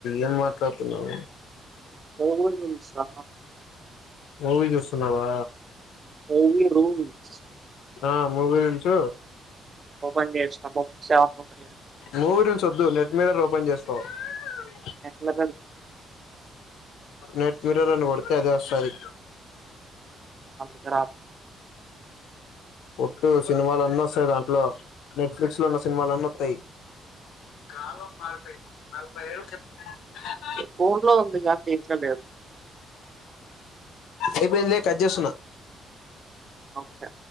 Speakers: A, on the left; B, on the right.
A: ఏం మాట్లాడుతున్నావ్
B: మూవీ రూల్సా?
A: మూవీ చూస్తున్నావా
B: మూవీ రూల్స్
A: ఆ మూవీ రూల్స్
B: ఓపెన్ చేసినా. మూవీస్ ఏమన్నా ఉన్నాయా?
A: మూవీరుల్స్ వద్దు నెట్ మీరర్ ఓపెన్ చేస్తాా సో
B: ఎల
A: నెట్ మిరర్ అని కొడుతే అదే స్తది
B: అందుకే రాదు.
A: ఒట్టు సినిమాలు అన్న వస్తాయి దాంట్లో నెట్ఫ్లిక్స్ లో ఉన్న సినిమాలున్న వత్తయి <unintelligible>
B: పోన్ లో ఉంది కానీ దీంట్లో లేదు
A: అయిపోయిందిలే కట్ చేస్తున్నా
B: ఓకే